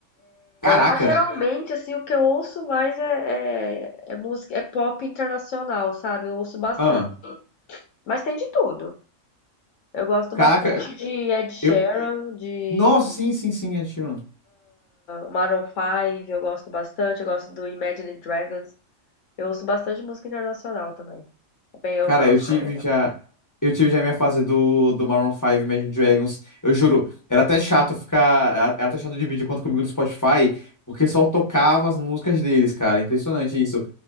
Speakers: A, on the left; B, on the left.
A: Caraca.
B: Mas, geralmente, assim, o que eu ouço mais é, é, é música, é pop internacional, sabe? Eu ouço bastante.
A: Ah,
B: Mas tem de tudo. Eu gosto
A: caraca,
B: bastante de Ed Sheeran,
A: eu...
B: de
A: Nossa, sim, sim, sim, é, Sheeran.
B: Maroon Five eu gosto bastante, eu gosto do Imagine Dragons. Eu ouço bastante música internacional também. Bem, eu,
A: Cara,
B: eu acho
A: eu tive
B: bem legal.
A: já... Eu tive já a minha fase do, do Maroon 5 Imagine Dragons. Eu juro, era até chato ficar... Era era até chato dividir conta comigo no Spotify, porque só tocava as músicas deles, cara. Impressionante isso.